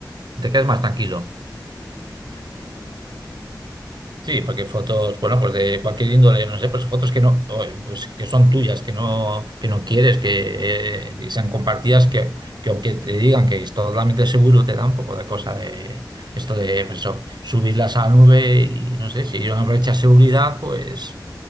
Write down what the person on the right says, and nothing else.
Te quedas más tranquilo.
Sí, porque fotos, bueno, pues de cualquier índole, no sé, pues fotos que no, o, pues que son tuyas, que no, que no quieres que, eh, que sean compartidas, que, que aunque te digan que es totalmente seguro, te da un poco de cosa de esto de pues eso, subirlas a la nube y no sé, si hay una brecha de seguridad, pues